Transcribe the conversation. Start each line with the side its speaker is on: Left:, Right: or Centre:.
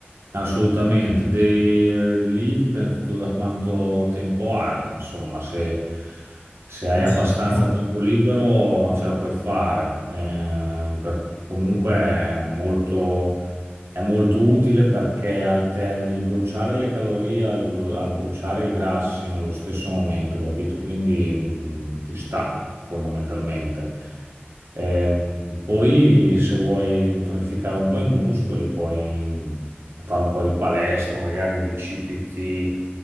Right: Assolutamente, De- lì dipende tutto da quanto tempo hai, insomma, se, se
Left: Eh
Right: hai abbastanza
Left: sì, chiaro.
Right: tempo libero ce la puoi fare, Eh, per- comunque è molto, È molto utile perché alterni il bruciare le calorie al, bru- al bruciare i grassi nello stesso momento, capito? Quindi mh, ci sta fondamentalmente. Ehm, poi se vuoi tonificare un po' i muscoli, puoi fare un po' di palestra, magari bicipiti,